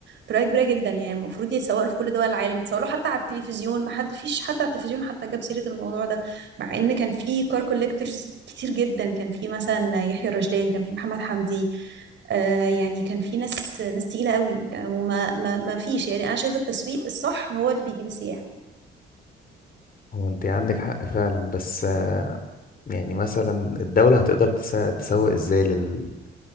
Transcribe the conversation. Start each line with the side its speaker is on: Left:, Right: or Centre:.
Right: طريقة كبيرة جدا يعني المفروض يتسوق له في كل دول العالم يتسوق له حتى على التلفزيون ما حد فيش حد على التلفزيون حتى جاب سيرة الموضوع ده مع ان كان في كار كوليكتورز كتير جدا كان في مثلا يحيى الرشدان كان في محمد حمدي آه، يعني كان في ناس ناس تقيلة قوي آه، وما ما ما فيش يعني أنا شايفة التسويق الصح هو اللي بيجيب السياح
Left: هو انت عندك حق فعلا بس آه، يعني مثلا الدولة هتقدر تسا- تسوق ازاي لل...